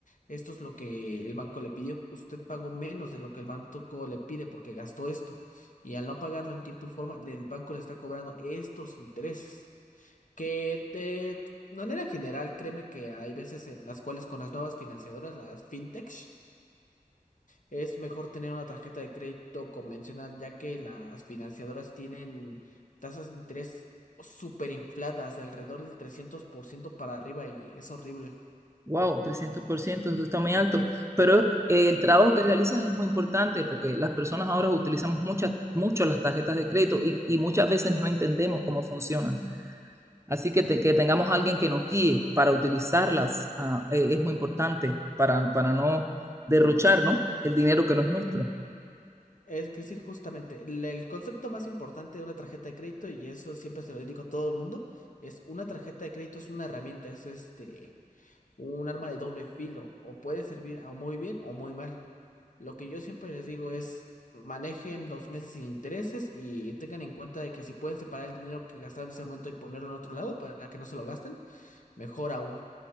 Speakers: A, on the left (about 60°); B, on the right (about 20°).
A: esto es lo que el banco le pidió, usted pagó menos de lo que el banco le pide porque gastó esto y al no pagarlo en tiempo y forma, el banco le está cobrando estos intereses. Que de manera general, créeme que hay veces en las cuales con las nuevas financiadoras, las fintech, es mejor tener una tarjeta de crédito convencional, ya que las financiadoras tienen tasas de interés súper infladas, de alrededor del 300% para arriba, y es horrible.
B: Wow, trescientos por ciento eso está muy alto. Pero eh, el trabajo que realizas es muy importante porque las personas ahora utilizamos muchas, mucho las tarjetas de crédito y, y muchas veces no entendemos cómo funcionan. Así que, te- que tengamos alguien que nos guíe para utilizarlas ah, eh, es muy importante para, para no derrochar, ¿no? el dinero que no es nuestro.
A: Es que sí, justamente, el, el concepto más importante de una tarjeta de crédito, y eso siempre se lo digo a todo el mundo, es una tarjeta de crédito es una herramienta, es este un arma de doble filo o puede servir a muy bien o muy mal. Lo que yo siempre les digo es manejen los meses sin intereses y tengan en cuenta de que si pueden separar el dinero que gastaron en ese momento y ponerlo en otro lado para que no se lo gasten, mejor aún.